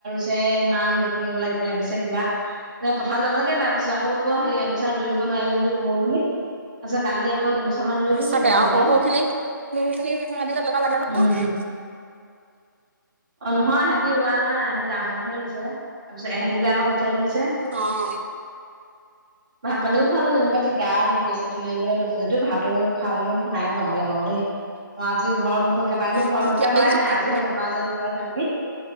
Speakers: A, on the right; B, on the right.
A: ছে ইমান দেখিব লাগিছে লাগিছে কিবা এ পথাৰত যাব লাগে বাৰ পিছত আকৌ বোলে হে ত ৰুই দিব নোৱাৰিলিম বুলি ক'ব বুলি তাৰিছত কালি আকৌ দুবছৰান ৰুই
B: সঁচাকে
A: দিছিলে
B: আৰু
A: হেৰিয়ে
B: সৰু সৰুখিনি <unintelligible>
A: উম <inaudible> অ', নহয় সিহঁতি ৰোৱা নাই সিহঁতি ডাঙৰ মানুহে হৈছে তাৰপিছত ইহঁতি গিটাই আমাৰ কঠিয়া তুলিছে।
B: অ'।
A: ভাত পানীও খোৱালো যেনিবা ঠিকা হেৰিছে তুলিবলৈ লৈছোঁ যদিও ভাতো খোৱালো। মায়ে বনালে বাৰু দেই মই আজি ঘৰ বহুত কেইবাদিনো
B: উম,
A: ঘৰ
B: তো
A: ভালকে
B: এইকেইদিন
A: হৰাই
B: চব-
A: নাই আজিহে ম মকৰাজাল থ <unintelligible> ভাঙি